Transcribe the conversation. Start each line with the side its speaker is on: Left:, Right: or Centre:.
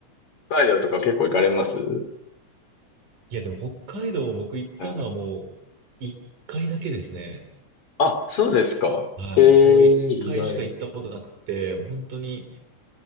Left: 北海道とか結構行かれます
Right: いや、でも北海道僕行ったのはもう一回だけですね。
Left: はい。あ、そうですか。
Right: はい。
Left: ええ、
Right: もう一回しか行ったことなくて、
Left: 意外。
Right: 本当に